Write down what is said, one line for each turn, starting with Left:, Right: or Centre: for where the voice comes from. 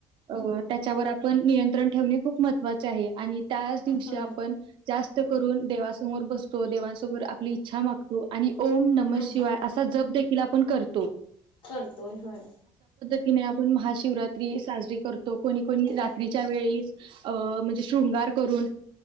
Right: अ त्याच्यावर आपण नियंत्रण ठेवणे खूप महत्त्वाचे आहे आणि त्याच दिवशी
Left: होय
Right: आपण जास्त करून देवासमोर बसतो देवाांसमोर आपली इच्छा मागतो आणि ओम नम
Left: हम्म
Right: शिवाय असा जप देखील आपण करतो.
Left: करतोय होय.
Right: कणी आपण महाशिवरात्री साजरी करतो कोणी कोणी रात्रीच्या
Left: हम्म
Right: वेळी अ म्हणजे शृंगार करून